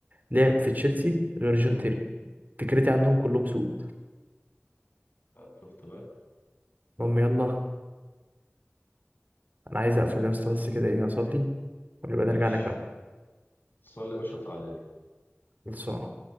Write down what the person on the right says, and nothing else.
لعب في تشيلسي غير جون
تيري فكرتي عنهم كلهم سوء
المهم يلا انا عايز اقفل يا اسطى بس كده ايه اصلي ونبقى
نرجع نكمل
خلصان